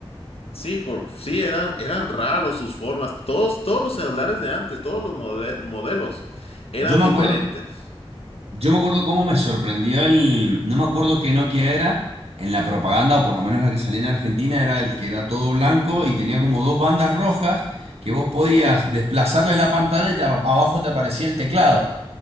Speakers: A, on the left; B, on the right.
A: sí, por, sí eran, eran raros sus formas. Todos, todos los celulares de antes, todos los mode- modelos eran
B: Yo me
A: diferentes.
B: acuerdo Yo me acuerdo cómo me sorprendió el, no me acuerdo qué Nokia era, en la propaganda, o por lo menos la que salía en Argentina, era el que era todo blanco y tenía como dos bandas rojas que vos podías desplazarle la pantalla y te- abajo te aparecía el teclado.